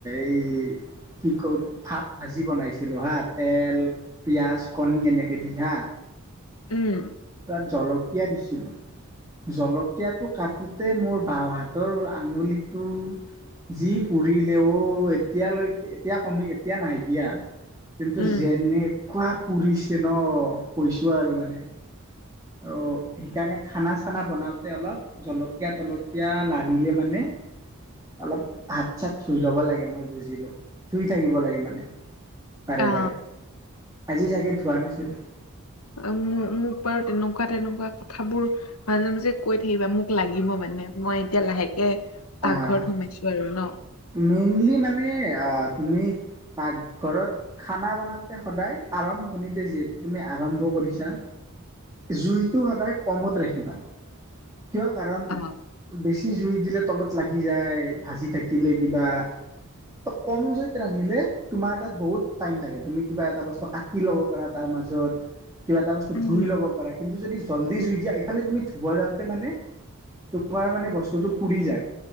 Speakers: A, on the right; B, on the left.
A: এই কি কও ভাত ভাজি বনাইছিলোঁ হা, তেল, পিঁয়াজ, কণী এনেকৈ দি হা
B: উম।
A: তাত জলকীয়া দিছিলোঁ। জলকীয়াটো কাটোতে মোৰ বাওঁ হাতৰ আঙুলিটো যি পুৰিলে অ' এতিয়ালৈকে এতিয়া কমি, এতিয়া নাই দিয়া। কিন্তু
B: উম
A: যেনেকুৱা পুৰিছে ন' কৈছোঁ আৰু মানে। অ' সেইকাৰণে খানা চানা বনাওতে অলপ জলকীয়া তলকীয়া লাৰিলে মানে অলপ হাত চাত ধুই লব লাগে মই বুজিলো, ধুই থাকিব লাগে মানে। বাৰে
B: অ
A: বাৰে, আজি চাগে ধোৱা নাছিলো।
B: আ, মোক বাৰু তেনেকুৱা তেনেকুৱা কথাবোৰ মাজে মাজে কৈ থাকিবা মোক লাগিব মানে, মই এতিয়া লাহেক কে পাকঘৰত
A: আহ
B: সোমাইছোঁ আৰু ন'।
A: মেইনলি মানে আ, তুমি পাকঘৰত খানা বনাওতে সদায় আৰম্ভণিতে যিহেতু তুমি আৰম্ভ কৰিছা। জুইটো সদায় কমত ৰাখিবা। কিয় কাৰণ
B: অ
A: বেছি জুই দিলে তলত লাগি যায়, ভাজি থাকি থাকিলে কিবা, ত' কম জুইত ৰান্ধিলে তোমাৰ তাত বহুত টাইম থাকে, তুমি কিবা এটা বস্তু কাটি ল'ব পাৰা তাৰ মাজত। কিবা এটা বস্তু
B: উম
A: ধুই ল'ব পাৰা কিন্তু যদি জল্দি জুই দিয়া, ইফালে তুমি ধুব যাওঁতে মানে তোমাৰ মানে বস্তুটো পুৰি যায়,